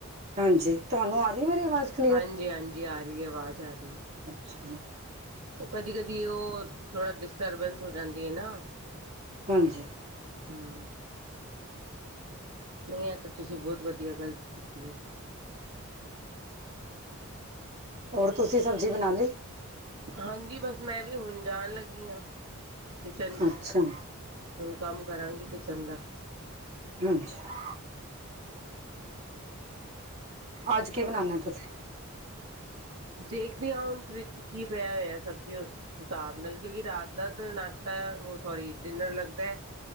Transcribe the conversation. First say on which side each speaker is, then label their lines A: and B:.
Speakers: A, on the right; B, on the right.
A: ਹਾਂਜੀ, ਤੁਹਾਨੂੰ ਆ ਗਈ ਮੇਰੀ ਆਵਾਜ਼? ਕਲੀਅਰ
B: ਹਾਂਜੀ ਹਾਂਜੀ ਆ ਰਹੀ ਆਵਾਜ਼ ਆ ਰਹੀ ਹੈ।
A: ਅੱਛਾ
B: ਉਹ ਕਦੀ ਕਦੀ ਉਹ ਥੋੜਾ ਡਿਸਟਰਬੈਂਸ ਹੋ ਜਾਂਦੀ ਹੈ ਨਾ।
A: ਹਾਂਜੀ।
B: ਹਮ। ਨਹੀਂ ਇਹ ਤਾਂ ਤੁਸੀਂ ਬਹੁਤ ਵਧੀਆ ਗਲ ਕੀਤੀ ਹੈ।
A: ਹੋਰ, ਤੁਸੀਂ ਸਬਜ਼ੀ ਬਣਾ ਲਈ?
B: ਹਾਂਜੀ, ਬਸ ਮੈਂ ਵੀ ਹੁਣ ਜਾਣ ਲੱਗੀ ਹਾਂ ਕਿਚਨ ਚ
A: ਅੱਛਾ
B: ਹੁਣ ਕੰਮ ਕਰਾਂਗੀ ਕਿਚਨ ਦਾ
A: <inaudible> ਅੱਜ ਕੀ ਬਣਾਣਾ ਤੁਸੀਂ?
B: ਦੇਖਦੀ ਹਾਂ ਹੁਣ ਫਰਿਜ ਚ ਕੀ ਪਿਆ ਹੋਇਆ ਸਬਜ਼ੀ ਉਸ ਹਿਸਾਬ ਨਾਲ ਕਿਉਂਕਿ ਰਾਤ ਦਾ ਤਾਂ ਨਾਸ਼ਤਾ ਉਹ ਸੋਰੀ ਡਿਨਰ ਲੱਗਦਾ ਹੈ